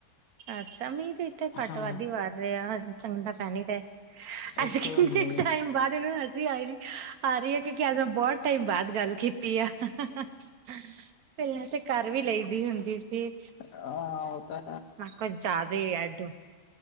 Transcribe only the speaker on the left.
ਹਾਂ
ਇੱਥੇ
ਦਾ ਮੀਂਹ
ਹਾਂ-ਹਾਂ ਓ ਤਾ